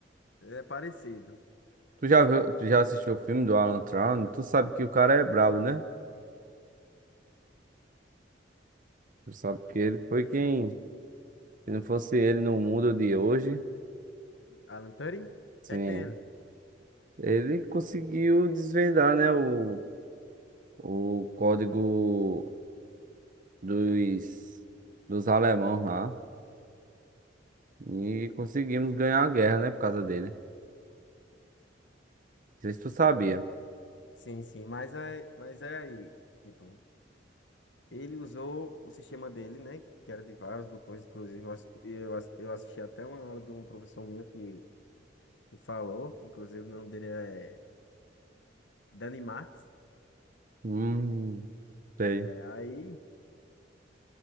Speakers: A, on the left; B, on the right.
A: É parecido.
B: Tu já viu, tu já assistiu o filme do Alan Turing? Tu sabe que o cara é brabo, né? Tu sabe que ele foi
A: Oxente.
B: quem Se não fosse ele no mundo de hoje,
A: Alan Turing? O
B: sim,
A: que é que tem ele?
B: ele conseguiu desvendar, né, o, o código dos, dos alemãos lá. E conseguimos ganhar a guerra, né, por causa dele. Não sei se tu sabia.
A: Sim, sim, mas é, mas é aí, tipo, ele usou o sistema dele, né, que era de vários botões, inclusive eu, ass- eu, ass- eu assisti até uma aula de um professor meu que que falou, inclusive o nome dele é Dani Max,
B: Hum, sei,
A: é, aí